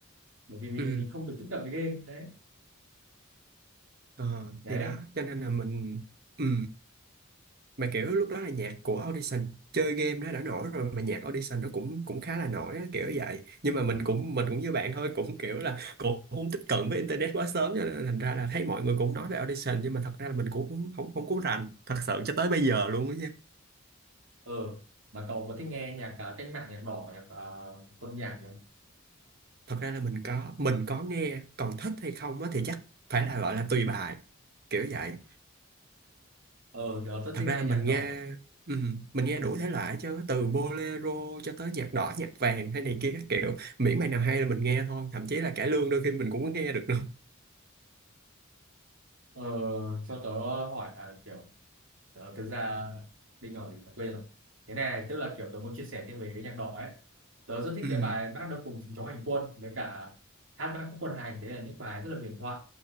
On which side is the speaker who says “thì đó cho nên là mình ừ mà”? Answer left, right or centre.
Right